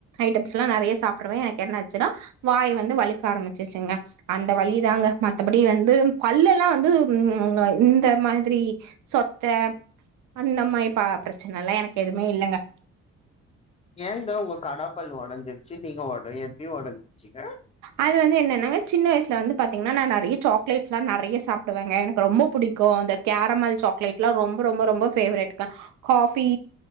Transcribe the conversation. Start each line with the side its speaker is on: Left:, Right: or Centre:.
Right: ஐட்டம்ஸ்லா நறைய சாப்டுவ எனக்கு என்னாச்சுன்னா வாய் வந்து வலிக்க ஆரம்பிச்சிருச்சுங்க அந்த வலி தாங்க மத்தபடி வந்து பல்லல்லா வந்து உம் இந்த அ மாதிரி சொத்த அந்த மாரி பா பிரச்சன எல்லா எனக்கு எதுவுமே இல்லங்க
Left: ஏங்க உங்க கடாப்பல் உடஞ்சிருச்சு நீங்க உடய எப்டி உடஞ்ச்சிங்க
Right: அது வந்து என்னனாங்க சின்ன வயசுல வந்து பாத்தீங்னா நா நறைய சாக்லேட்ஸ்லா நறைய சாப் டுவங்க எனக்கு ரொம்ப புடிக்கு அந்த கேரமல் சாக்லேட்ல்லா ரொம்ப ரொம்ப ரொம்ப ஃபேவரட்ங்க காஃபி